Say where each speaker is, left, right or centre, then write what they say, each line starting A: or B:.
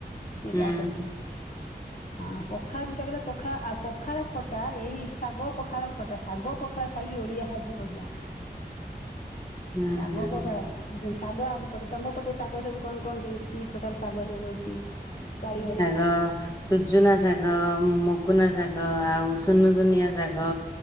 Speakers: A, on the left; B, on the left.
A: ସିଏ
B: ହୁଁ
A: ବି ଆସନ୍ତି। ହଁ ପଖାଳ ଯୋଉଟା କଲା ପଖାଳ ଆଉ ପଖାଳ ଖଟା ଏଇ ଶାଗ ପଖାଳ ଖଟା ଶାଗ ପଖାଳ ଖାଇକି ଓଡିଆ ଆଜି ବଢିଆ।
B: ହୁଁ।
A: ଶାଗ ପଖାଳ ବୁଝୁଛନ୍ତି ଶାଗ ଆମ ପଟେ ତମ ପଟେ ଶାଗ ସବୁ କଣ କଣ କେମିତି? କି ପ୍ରକାର ଶାଗ ସବୁ ଅଛି ବାଡ଼ି ଘରେ?
B: ହ ସୁଜୁନା ଶାଗ, ମଗୁନା ଶାଗ, ଆଉ ସୁନୁ ସୁୁନିଆ ଶାଗ।